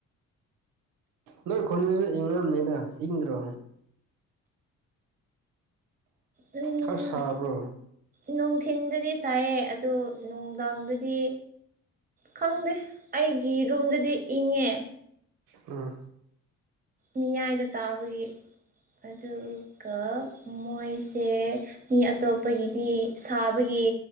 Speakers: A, on the right; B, on the right.
A: ꯅꯣꯏ ꯈꯨꯟꯁꯨ ꯏꯪꯅꯕꯅꯤꯗ ꯏꯪꯗ꯭ꯔꯣ
B: ꯎꯝ
A: ꯈꯔ ꯁꯥꯕ꯭ꯔꯣ
B: ꯅꯨꯡꯊꯤꯟꯗꯗꯤ ꯁꯥꯏꯌꯦ ꯑꯗꯣ ꯅꯨꯡꯗꯥꯡꯗꯗꯤ ꯈꯪꯗꯦ ꯑꯩꯒꯤ ꯔꯨꯝꯗꯗꯤ ꯏꯪꯉꯦ
A: ꯎꯝ
B: ꯃꯤꯌꯥꯏꯗ ꯇꯥꯕꯒꯤ ꯑꯗꯨꯒ ꯃꯣꯏꯁꯦ ꯃꯤ ꯑꯇꯣꯞꯄꯒꯤꯗꯤ ꯁꯥꯕꯒꯤ